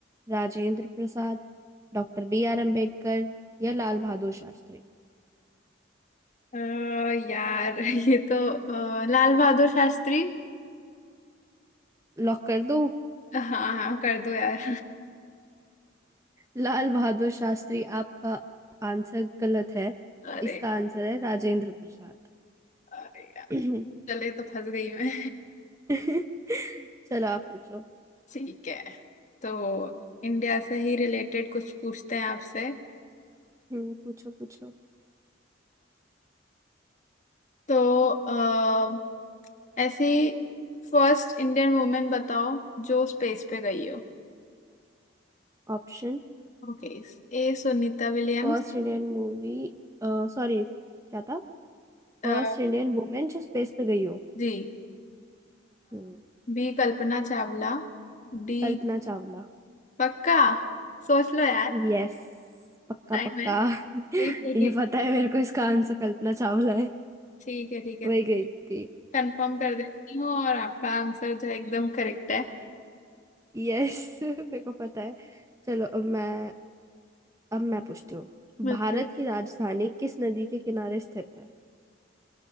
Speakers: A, on the right; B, on the left.
A: Rajendra Prasad doctor B R Ambedkar या लाल बहादुर शास्त्री
B: अ, यार <laughs> ये तो अ, लाल बहादुर शास्त्री
A: लॉक कर दूं
B: हाँ हाँ कर दो यार
A: लाल बहादुर शास्त्री आपका आंसर गलत है
B: <laughs> अरे
A: इसका आंसर है राजेंद्र प्रसाद
B: अरे यार
A: <laughs>
B: चले तो फंस गई मैं
A: <clears throat> चलो आप पूछो
B: <laughs> ठीक है तो इंडिया से ही रिलेटेड कुछ पूछते हैं आपसे
A: हम्म पूछो पूछो
B: तो आ, ऐसी फर्स्ट इंडियन वुमेन बताओ जो स्पेस पे गई हो
A: Option
B: ओके A Sunita Williams
A: First Indian movie sorry क्या था
B: अ,
A: फर्स्ट इंडियन वुमेन जो स्पेस पे गई हो
B: जी
A: हम्म,
B: बी कल्पना चावला डी
A: कल्पना चावला
B: पक्का सोच लो यार
A: यस पक्का
B: टाइम
A: पक्का
B: है
A: <laughs>
B: ठीक है
A: ये
B: ठीक
A: पता है मेरे को इसका आंसर कल्पना चावला है
B: ठीक है ठीक है
A: वही गई थी
B: कंफर्म कर देती हूँ और आपका आंसर जो है एकदम करेक्ट है
A: यस <laughs> मेरे को पता है चलो अब मैं अब मैं पूछती हूँ
B: बिल्कुल
A: भारत की राजधानी किस नदी के किनारे स्थित है